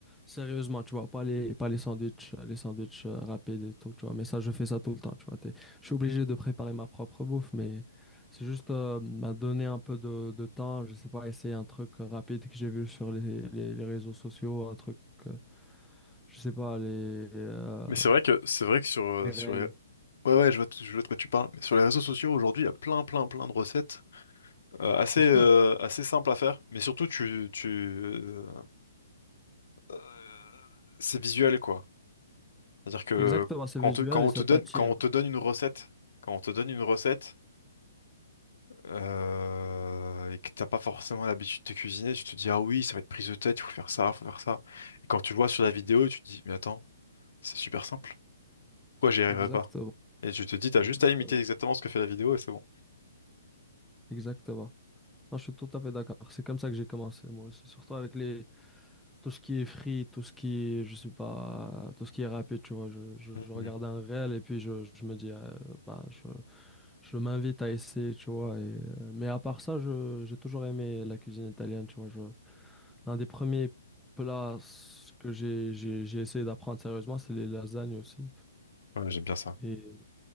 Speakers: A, in the centre; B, on the left.
A: sérieusement, tu vois. Pas les, pas les sandwichs, les sandwichs euh, rapides et tout, tu vois. Mais ça, je fais ça tout le temps, tu vois. T'es- je suis obligé de préparer ma propre bouffe, mais c'est juste euh, ben, donner un peu de, de temps. Je sais pas, essayer un truc rapide que j'ai vu sur les, les, les réseaux sociaux, un truc, euh, je sais pas, les, euh,
B: Mais c'est vrai que c'est vrai que sur euh,
A: les réels.
B: sur les... ouais ouais je vois t- je vois de quoi tu parles. Mais sur les réseaux sociaux aujourd'hui, il y a plein plein plein de recettes euh, assez
A: C'est
B: euh,
A: sûr.
B: assez simples à faire. Mais surtout tu tu euh, euh, c'est visuel quoi. C'est-à-dire que
A: Exactement, c'est
B: quand
A: visuel
B: on te, quand
A: et
B: on
A: ça
B: te donne,
A: t'attire.
B: quand on te donne une recette, quand on te donne une recette euh, et que t'as pas forcément l'habitude de cuisiner, tu te dis ah oui, ça va être prise de tête, il faut faire ça, il faut faire ça. Et quand tu le vois sur la vidéo, tu te dis mais attends, c'est super simple, pourquoi j'y arriverai
A: Exactement.
B: pas? Et tu te dis t'as
A: Exactement.
B: juste à imiter exactement ce que fait la vidéo et c'est bon.
A: Exactement. Non, je suis tout à fait d'accord. C'est comme ça que j'ai commencé, moi aussi. Surtout avec les... tout ce qui est free, tout ce qui est, je sais pas, tout ce qui est rapide, tu vois. Je, je,
B: Mhm.
A: je regarde un réel et puis je, je me dis, euh, bah, je, je m'invite à essayer, tu vois. Et... euh, Mais à part ça, je, j'ai toujours aimé la cuisine italienne, tu vois. Je... L'un des premiers plats que j'ai, j'ai, j'ai essayé d'apprendre sérieusement, c'est les lasagnes aussi.
B: Ouais, j'aime bien ça.
A: Et